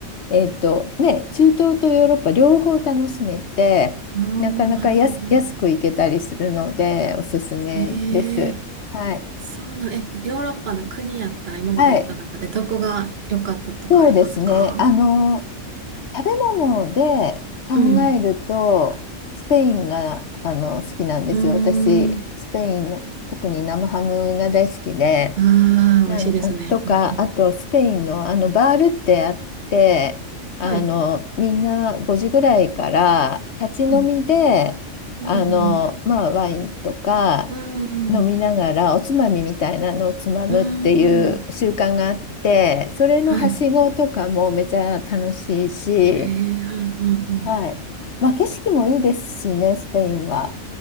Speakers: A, on the left; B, on the right.
A: えっとね中東とヨーロッパ両方楽しめてなかなか安、
B: ああ、なるほど。
A: 安く行けたりするのでおすすめです。
B: ええ
A: はい、
B: そうなん、え、ヨーロッパの国やったら今まで行った中でどこが良かったとかありますか
A: はい、そうですねあの食べ物で考えるとスペインがあの好きなんですよ私スペインの特に生ハムが大好きで。
B: うん。うーん。ああ、
A: なんあとか、
B: 美味しいですね。うんうん。
A: あとスペインのあのバールってあって、
B: はい。
A: あのみんな5時ぐらいから立ち飲みで、
B: うん。うんうん。
A: あのまあ、ワインとか
B: うんうん。
A: 飲みながらおつまみみたいなのをつまむっていう習慣があって、
B: うん。
A: それのはしごとかもめちゃ楽しいし、
B: はい。へえ、うんうんうん。
A: はい。まあ、景色もいいですしね、スペインは。